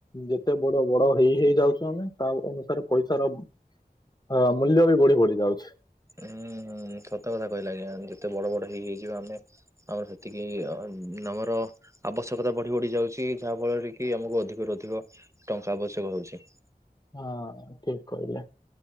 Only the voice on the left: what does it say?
ଯେତେ ବଡ ବଡ ହେଇ ହେଇ ଯାଉଛୁ ଆମେ ତା ଅନୁସାରେ ପଇସାର । ହଁ ମୂଲ୍ୟ ବି ବଢି ବଢି ଯାଉଛି ।
ହଁ ଠିକ କହିଲେ ।